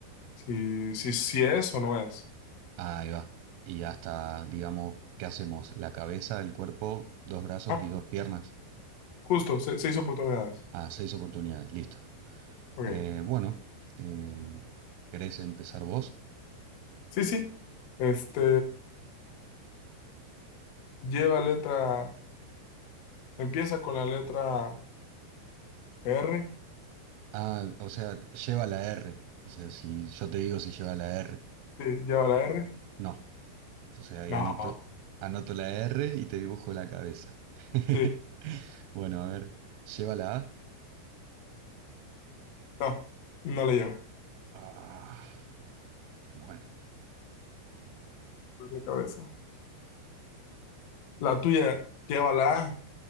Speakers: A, on the left; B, on the right.
A: si, si, si es o no es.
B: Ahí va. Y hasta, digamos, ¿qué hacemos? La cabeza, el cuerpo, dos brazos
A: Ah,
B: y dos piernas.
A: Justo, se- seis oportunidades.
B: Ah, seis oportunidades, listo.
A: Ok.
B: Eh, bueno, em, ¿querés empezar vos?
A: Sí, sí. Este lleva letra, empieza con la letra R.
B: Ah, o sea, lleva la R. O sea, si yo te digo si lleva la R.
A: Sí, lleva la R.
B: No. Entonces ahí
A: No,
B: anoto, anoto la R y te dibujo la cabeza. <laughs>
A: sí,
B: Bueno, a ver, lleva la A.
A: no, no la lleva.
B: Ah, bueno,
A: Por La cabeza. La tuya lleva la A.